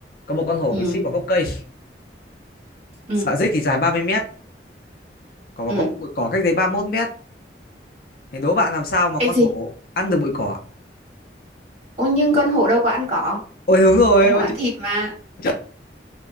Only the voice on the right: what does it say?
Ừ.
Ừ.
ừ.
Cái
gì?
Ô nhưng con hổ đâu có ăn cỏ.
Con
hổ ăn
thịt mà.